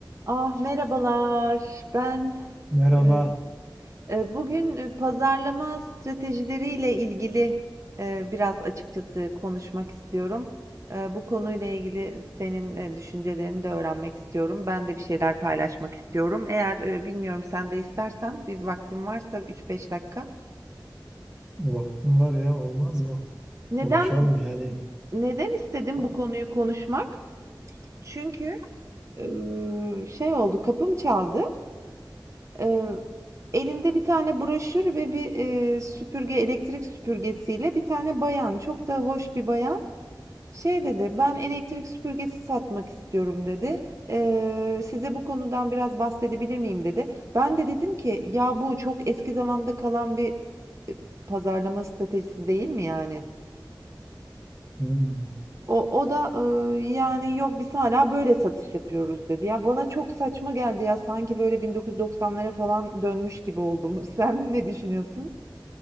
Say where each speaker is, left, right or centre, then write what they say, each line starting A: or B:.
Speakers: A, on the right (about 40°); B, on the right (about 20°).
A: Ah merhabalar. Ben
B: Merhaba.
A: e, e, bugün e, pazarlama stratejileriyle ilgili e, biraz açıkçası konuşmak istiyorum. E, bu konuyla ilgili senin e, düşüncelerini de öğrenmek istiyorum. Ben de bir şeyler paylaşmak istiyorum. Eğer e, bilmiyorum sen de istersen bir vaktin varsa 3-5 dakika.
B: Vaktim var ya olmaz mı?
A: Neden
B: Konuşalım yani.
A: neden istedim
B: Aa,
A: bu konuyu konuşmak? Çünkü e, şey oldu, kapım çaldı. Eee, elinde bir tane broşür ve bir, eee, süpürge, elektrik süpürgesiyle bir tane bayan, çok da hoş bir bayan, şey dedi, "Ben elektrik süpürgesi satmak istiyorum." dedi. "Eee, size bu konudan biraz bahsedebilir miyim?" dedi. Ben de dedim ki, "Ya bu çok eski zamanda kalan bir, eee, pazarlama stratejisi değil mi yani?"
B: hmm,
A: O, o da eee, yani yok biz hala böyle satış yapıyoruz dedi. Ya bana çok saçma geldi ya sanki böyle 1990'lara falan dönmüş gibi oldum. <laughs> Sen ne düşünüyorsun?